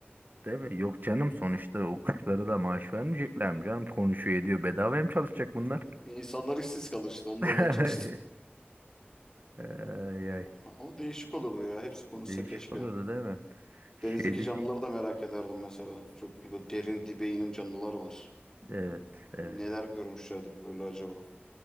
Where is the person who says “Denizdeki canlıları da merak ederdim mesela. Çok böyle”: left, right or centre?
Left